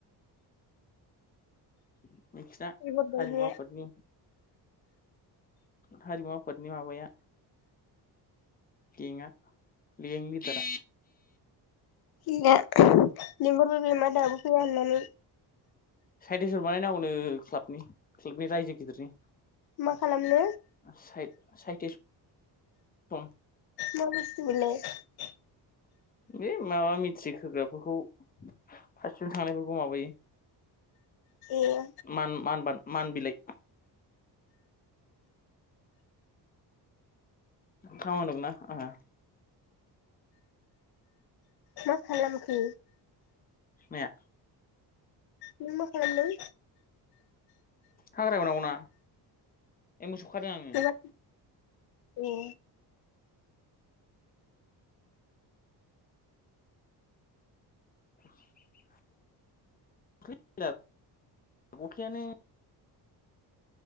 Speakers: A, on the left; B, on the left.
A: <inaudible> नोंखिजा
B: लिंहरबाय
A: हारिमु
B: बे
A: आफादनि हारिमु आफादनि माबाया गेंआ गें लिदारा
B: <inaudible> मा दावराव फैया होननानै
A: <unintelligible> क्लाबनि क्लाबनि रायजो गिदिरनि
B: मा खालामनो
A: <unintelligible> सम
B: मा बुस्तु बेलाय
A: बे माबा मेट्रिक होग्राफोरखौ बिसोर थांनायफोरखौ माबायो
B: ए
A: मान मान बिलाइ खामा दंना आहा
B: मा खालामखो
A: माया
B: नों मा खालामदों
A: हाग्रा एवनांगौमोन मा ए मोसौखादों आङो
B: नोंहा ए
A: <inaudible> <inaudible> अखायानो